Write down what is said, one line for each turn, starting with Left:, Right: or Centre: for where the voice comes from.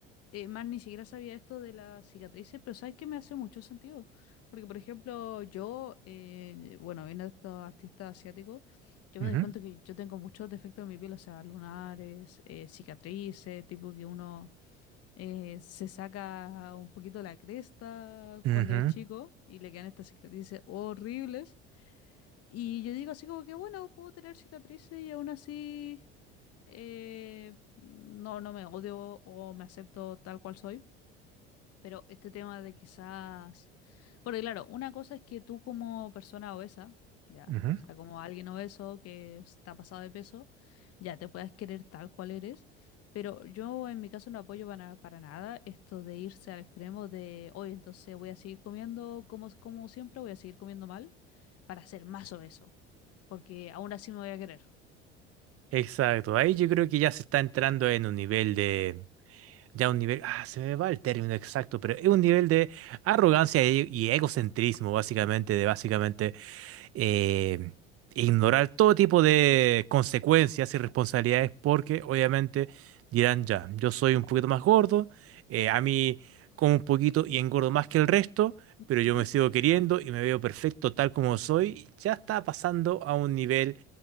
Left: Eh, man, ni siquiera sabía esto de las cicatrices, pero sabes que me hace mucho sentido. Porque, por ejemplo, yo, eh, bueno, viendo a estos artistas asiáticos, yo
Right: Ujú,
Left: me doy cuenta que yo tengo muchos defectos en mi piel, o sea, lunares, eh, cicatrices, tipo que uno eh, se saca un poquito la cresta
Right: ujú,
Left: cuando es chico y le quedan estas cicatrices horribles. Y yo digo así como que, bueno, puedo tener cicatrices y aún así eh, no, no me odio o me acepto tal cual soy. Pero este tema de quizás... Porque claro, una cosa es que tú como persona obesa, ya,
Right: ujú.
Left: o sea, como alguien obeso que está pasado de peso, ya te puedas querer tal cual eres. Pero yo en mi caso no apoyo para, para nada esto de irse al extremo de, oye, entonces voy a seguir comiendo como, como siempre, voy a seguir comiendo mal para ser más obeso porque aún así me voy a querer.
Right: Exacto, ahí yo creo que ya se está entrando en un nivel de, ya un nivel, ah, se me va el término exacto, pero es un nivel de arrogancia y, y egocentrismo, básicamente, de básicamente eh, ignorar todo tipo de consecuencias y responsabilidades, porque obviamente dirán ya, yo soy un poquito más gordo, eh, a mí como un poquito y engordo más que el resto,
Left: Ujú.
Right: pero yo me sigo queriendo y me veo perfecto tal como soy, ya está pasando a un nivel